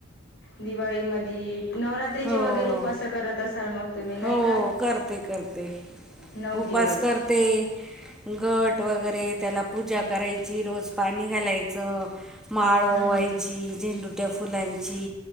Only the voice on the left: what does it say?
दिवाळी मधी,, नवरात्रीचे
वगैरे उपास करत असाल मग तुम्ही नाही
का.
नऊ
दिवस
हं,